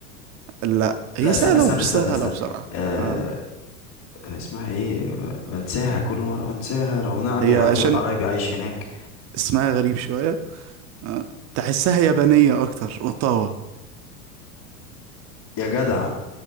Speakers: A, on the right; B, on the left.
A: لا هي
B: لا استنى
A: سهله
B: استنى
A: ومش
B: استنى
A: سهله
B: استنى
A: بصراحه
B: آه...
A: اه
B: اسمها ايه بنساها كل مرة بنساها رغم ان أنا عندي
A: هي
B: حد
A: عشان
B: من قرايبي عايش هناك
A: اسمها غريب شويه آه. تحسها يابانيه اكتر اوتاوا
B: يا جدع